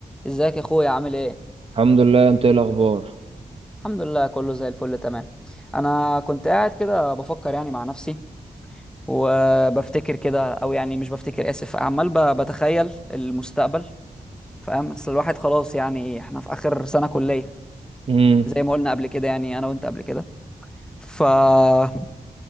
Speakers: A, in the centre; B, on the right.
A: ازيك يا اخويا عامل ايه
B: الحمد لله انت ايه الاخبار
A: الحمد لله كله زي الفل تمام انا كنت قاعد كده بفكر يعني مع نفسي وبفتكر كده او يعني مش بفتكر اسف عمال ب- بتخيل المستقبل فاهم اصل الواحد خلاص يعني احنا في اخر سنة كلية
B: امم
A: زي ما قلنا قبل كده يعني انا وانت قبل كده فمش